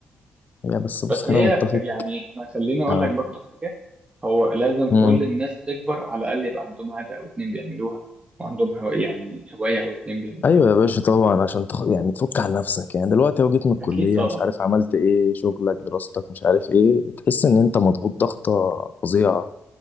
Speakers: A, on the left (about 50°); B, on the right (about 30°).
A: يا بس بص
B: بس
A: خلينا
B: هي
A: نتفق
B: خ- يعني انا خليني اقول
A: اه
B: لك برضه حاجه هو لازم كل
A: امم
B: الناس تكبر على الاقل يبقى عندهم عاده او اتنين بيعملوها وعندهم هو يعني هوايه او اتنين بيعملوها
A: ايوه يا باشا طبعا عشان تخ... يعني تفك عن نفسك يعني دلوقتي اهو جيت من الكليه
B: اكيد طبعا
A: مش عارف عملت ايه شغلك دراستك مش عارف ايه بتحس ان انت مضغوط ضغطه فظيعه